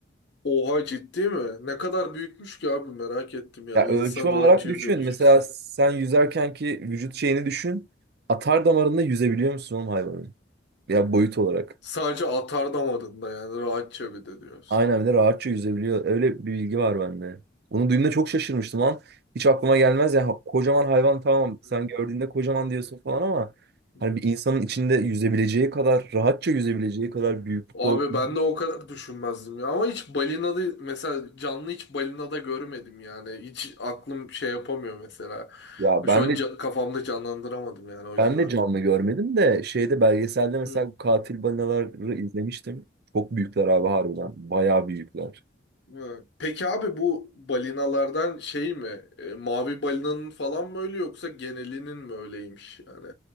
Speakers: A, on the left (about 65°); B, on the right (about 60°).
A: Oha ciddi mi? Ne kadar büyükmüş ki abi merak ettim yani.
B: Ya ölçü
A: insan
B: olarak
A: rahatça
B: düşün.
A: yüzebilecekse.
B: Mesela sen yüzerken ki vücut şeyini düşün. Atar damarında yüzebiliyor musun oğlum hayvanın? Ya boyut olarak.
A: Sadece atardamarında yani rahatça bir de diyorsun.
B: Aynen bir de rahatça yüzebiliyor. Öyle bir bilgi var bende. Onu duyduğumda çok şaşırmıştım lan. Hiç aklıma gelmez ya. Ha- Kocaman hayvan tamam sen
A: hı.
B: gördüğünde kocaman diyorsun falan ama
A: Hı
B: hani
A: hı.
B: bir insanın içinde yüzebileceği kadar rahatça yüzebileceği kadar büyüklükte
A: Abi
B: olduğunu.
A: ben de o kadar düşünmezdim ya. Ama hiç balinada mesela canlı hiç balinada görmedim yani. Hiç aklım şey yapamıyor mesela.
B: Ya ben
A: Şu an
B: de
A: ca- kafamda canlandıramadım yani o yüzden.
B: ben de canlı görmedim de şeyde belgeselde mesela
A: Hı.
B: bu katil balinaları izlemiştim. Çok büyükler abi harbiden. Bayağı büyükler.
A: Hı. Peki abi bu balinalardan şey mi? E, mavi balinanın falan mı öyle yoksa genelinin mi öyleymiş yani?